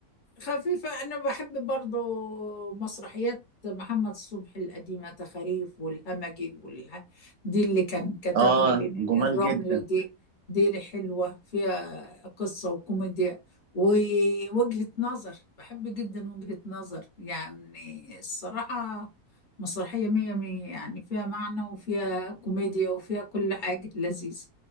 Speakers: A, on the left; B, on the right.
A: خفيفة أنا بحب برضو مسرحيات محمد صبحي القديمة تخاريف والهمجي والها دي اللي كان كتبها
B: اه
A: لنيني
B: جمال
A: الرمل
B: جدا
A: دي دي اللي حلوة فيها قصة وكوميديا ووجهة نظر بحب جدا وجهة نظر يعني الصراحة مسرحية مية مية يعني فيها معنى وفيها كوميديا وفيها كل حاجة لذيذة